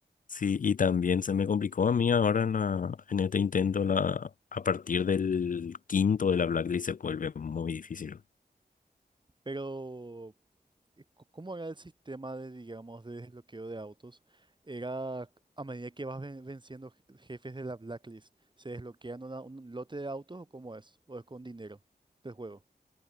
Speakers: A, on the left (about 55°); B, on the right (about 30°).
A: sí, y también se me complicó a mí ahora en, la- en este intento la, a partir del quinto de la Blacklist se vuelve muy difícil.
B: Pero, eh, co- ¿cómo era el sistema de, digamos, de desbloqueo de autos? Era a medida que vas ven- venciendo je- jefes de la blacklist, ¿se desbloquean una- un lote de autos o cómo es? ¿O es con dinero del juego?